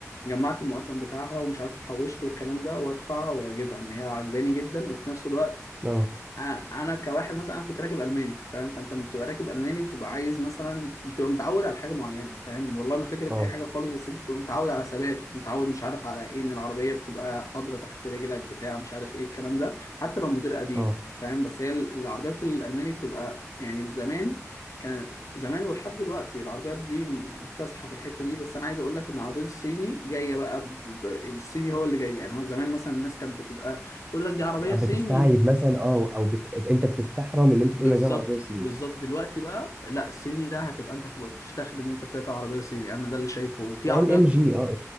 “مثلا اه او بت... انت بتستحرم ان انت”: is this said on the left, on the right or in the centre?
Right